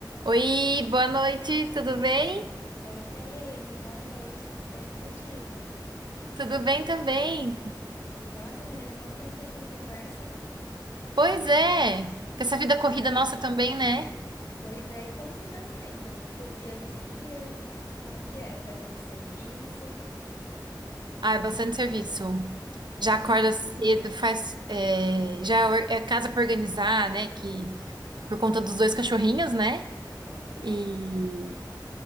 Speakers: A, on the right; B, on the left.
A: Oi, boa noite, tudo bem?
B: Oi, Tayene, boa noite, tudo bem contigo?
A: Tudo bem também.
B: Nossa, menina, quanto tempo que a gente não conversa, hein?
A: Pois é, com essa vida corrida nossa também, né?
B: Pois é, e como que tá sendo? Seu dia a dia? Como que é? Faz muito serviço?
A: Ah, é bastante serviço.
B: É.
A: Já acorda cedo, faz. é, já or- é casa pra organizar, né? Que por conta dos dois cachorrinhos, né?
B: Hum, é
A: E
B: muito